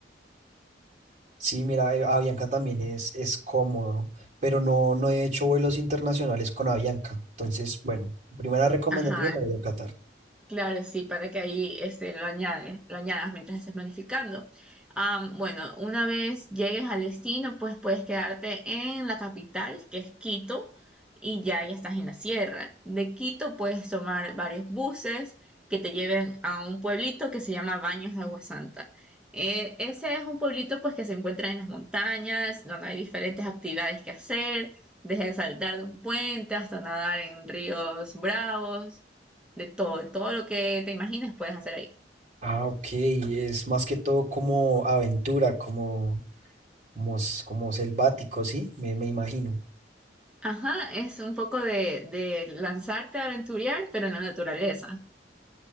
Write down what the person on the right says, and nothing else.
sí, mira, eh, Avianca también es, es cómodo, pero no, no he hecho vuelos internacionales con Avianca. Entonces, bueno, primera recomendación
la voy a Qatar.
Ah, ok, es más que todo como aventura, como... Como, s- como selvático, ¿sí? Me, me imagino.